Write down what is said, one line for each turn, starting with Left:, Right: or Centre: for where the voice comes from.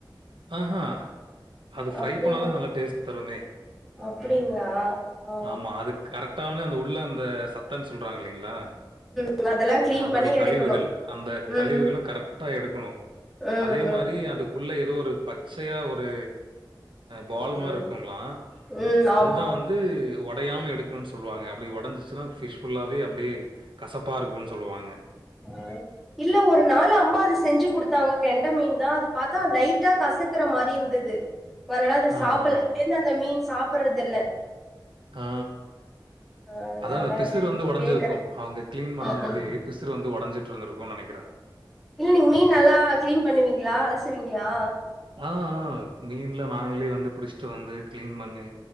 Right: ஆ ஹா அது ஃப்ரை
Centre: அப்டிங்களா
Right: பண்ணாதா நல்லா டேஸ்ட் தருமே.
Centre: அப்டிங்களா ஆ
Right: ஆமா அதுக் கரெக்ட்டா அவனே அந்த உள்ள அந்த சத்தன்னு சொல்றாங்க இல்லைங்ளா
Centre: உள்ள அதெல்லா கிளீன்
Right: அதோடைய
Centre: பண்ணி எடுக்கணு
Right: கழிவுகள் அந்த
Centre: ம்
Right: கழிவுகளும் கரெக்டா எடுக்கணும்.
Centre: ம்
Right: அதே
Centre: ம்
Right: மாரி அதுக்குள்ள ஏதோ ஒரு பச்சையா ஒரு பால்
Centre: ம்
Right: மாரி இருக்குங்ளா
Centre: ம்
Right: அதுதா
Centre: ஆமா
Right: வந்து ஒடையாம எடுக்கணும்னு சொல்லுவாங்க அப்டி ஒடைஞ்சிச்சுனா ஃபிஷ் ஃபுல்லாவே அப்டியே கசப்பா இருக்கும்னு சொல்லுவாங்க.
Centre: ஆ இல்ல ஒரு நாள் அம்மா அது செஞ்சு குடுத்தாங்க கெண்ட மீன் தா அது பாத்தா லைட்டா கசப் கசக்குற மாரி இருந்தது ஒ அதனால அது சாப்புட்ல
Right: ஆஹா!
Centre: அதுலருந்து அந்த மீன் சாப்புட்றது இல்ல.
Right: ஆ
Centre: அதனால
Right: அதா அந்த பிசுறு
Centre: அது
Right: வந்து ஒடஞ்சிருக்கு
Centre: கேக்குறே
Right: அவுங்க கிளீன் பண்ணும்
Centre: சாப்டு
Right: போதே பிசுரு வந்து ஒடைஞ்சிட்டு இருந்திருக்கும்னு நெனைக்றே
Centre: இல்ல நீங்க மீன் நல்லா கிளீன் பண்ணுவீங்களா, அலசுவீங்களா
Right: ஆ ஆ மீன்லா நாங்ளே வந்து புடிச்சிட்டு வந்து கிளீன் பண்ணி